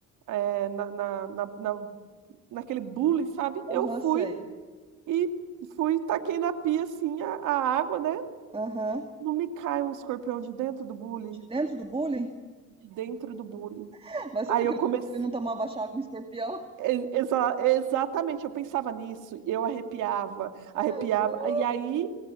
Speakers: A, on the right; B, on the right.
A: é, na, na, na, na- naquele bule, sabe?
B: aham,
A: Eu fui
B: sei.
A: e fui, taquei na pia assim a, a água, né?
B: Aham.
A: Não me cai um escorpião de dentro do bule,
B: De dentro do bullying?
A: de dentro do bule.
B: <laughs> Mas
A: Aí
B: sabe
A: eu
B: que ele
A: comecei.
B: ele não tomava chá com escorpião?
A: e- exa- exatamente, eu pensava nisso, e eu arrepiava, arrepiava,
B: <laughs>
A: e aí,